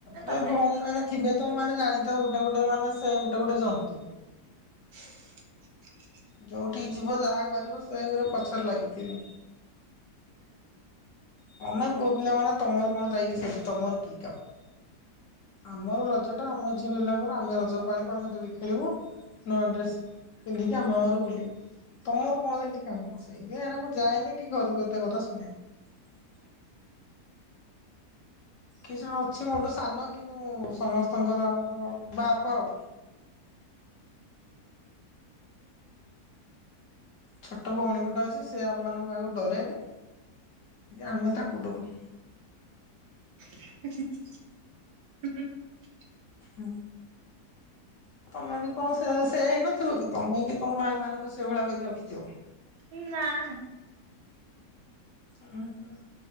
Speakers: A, on the left (about 65°); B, on the right (about 70°).
A: ନାଇଁ
B: ତଥାପି
A: ଭଉଣୀ ମାନେ ଥିବେ ତ। ମାନେ ଜାଣିଥାଉ ଗୋଟେ ଗୋଟେ ମାନେ ସେ ଗୋଟେ ଗୋଟେ ଜନ୍ତୁ।
B: <inaudible>
A: ଯୋଉଠିକି ଯିବ ଯାହା କରିବ ସେ ଘରେ ପଛରେ ଲାଗିଥିବେ। ତମେ ପୁଅ ପିଲା ମାନେ ତମର କଣ ଯାଇକି ସେଠି ତମର କି କାମ? ଆମର ରଜ ଟା ଆମ ଝିଅ ପିଲାଙ୍କର ଆମେ ରଜ ପାଳିବୁ, ଆମେ ଦୋଳି ଖେଳିବୁ ନୂଆ ଡ୍ରେସ୍ ପିନ୍ଧିକି ଆମେ ଆମର ବୁଲିବୁ। ତମର କଣ ସେଇଠି କାମ? ସେଇଥିପାଇଁ ମୁଁ ହେଇରା ଯାଏନି କି ଘରକୁ ଏତେ କଥା ଶୁଣେନି। କିଛି ଜଣ ଅଛି, ମୋ ଗୋଟେ ସାନ କିନ୍ତୁ ମୁଁ ସମସ୍ତଙ୍କର ଆମର ବାପ ଆଉ। ଛୋଟ ଭଉଣୀ ଗୋଟେ ଅଛି, ସେ ଆମମାନଙ୍କ କାହାକୁ ଡରେନି, ଆମେ ତାକୁ ଡରୁ।
B: <inaudible>
A: ହୁଁ ତମେ ବି କଣ ସେ ସେୟା ହେଇନଥିବ କି? ତମେ ବି ତମ ଭାଇ ମାନଙ୍କୁ ସେଇଭଳିଆ କରି ରଖିଥିବ।
B: ଉଁ ନାଁ ନାଁ।
A: ଓହୋ।